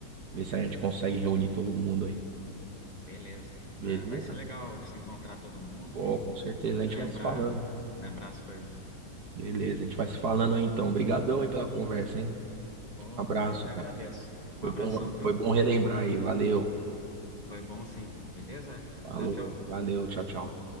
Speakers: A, on the right; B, on the left.
A: Ver se a gente consegue reunir todo mundo aí.
B: Beleza.
A: Beleza?
B: Ah, vai ser legal se encontrar todo mundo
A: Pô,
B: e
A: com certeza. A gente
B: lembrar,
A: vai se falando.
B: lembrar as coisas.
A: Beleza, a gente vai se falando aí então. Obrigadão aí pela conversa, hein?
B: Oh,
A: abraço,
B: eu que
A: cara.
B: agradeço. Um
A: Foi
B: abração,
A: bom,
B: viu?
A: foi bom relembrar aí. Valeu.
B: Foi bom sim. Beleza?
A: Falou.
B: Tchau, tchau.
A: Valeu. Tchau, tchau.